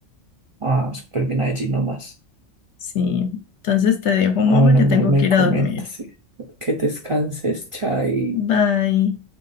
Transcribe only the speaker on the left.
Sí. Entonces te dejo, amor,
porque
tengo
que ir
a dormir.
Bye.